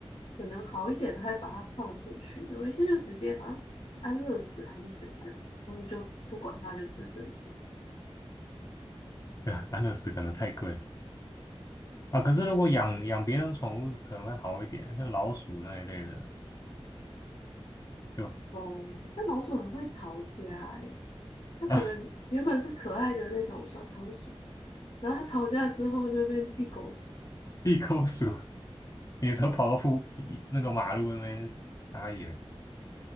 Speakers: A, on the left; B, on the left.
A: 可能好一点的，还把它放出去；有一些就直接好像安乐死还是怎样，或是就不管它，就自生自
B: <laughs> 安乐死可能太贵了啊。可是如果养养别人宠物可能会好一点，
A: 灭。嗯
B: 像老鼠那一类的，就
A: 哦，那老鼠很会逃家诶，它可能原本是可爱的那种小仓鼠，
B: <laughs> 啊
A: 然后它逃家之后就变地狗鼠。
B: 地沟鼠，<laughs> 有时候跑到附那个马路那边撒野。